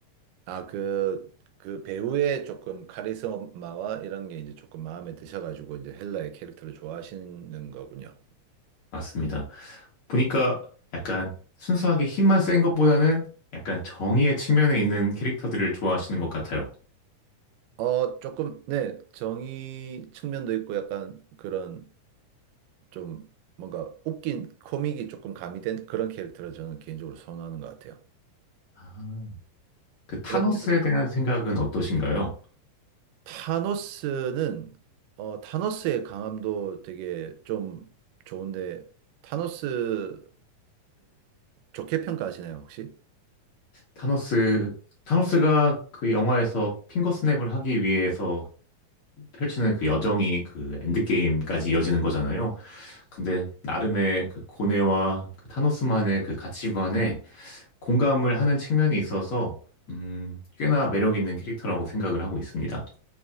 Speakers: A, on the right; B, on the left.
A: 아, 그, 그 배우의 조금 카리스마와 이런 게 이제 조금 마음에 드셔가지고 이제 헬라의 캐릭터를 좋아하시는 거군요.
B: 맞습니다. 보니까 약간 순수하게 힘만 센 것보다는 약간 정의의 측면에 있는 캐릭터들을 좋아하시는 것 같아요.
A: 어, 조금, 네, 정의 측면도 있고 약간 그런 좀 뭔가 웃긴 코믹이 조금 가미된 그런 캐릭터를 저는 개인적으로 선호하는 것 같아요.
B: 아. 그 타노스에
A: 그렇지만
B: 대한 생각은 어떠신가요?
A: 타노스는, 어, 타노스의 강함도 되게 좀 좋은데, 타노스를 좋게 평가하시나요, 혹시?
B: 타노스, 타노스가 그 영화에서 핑거스냅을 하기 위해서 펼치는 그 여정이 그 엔드게임까지 이어지는 거잖아요. 근데 나름의 그 고뇌와 그 타노스만의 그 가치관에 공감을 하는 측면이 있어서, 음, 꽤나 매력 있는 캐릭터라고 생각을 하고 있습니다.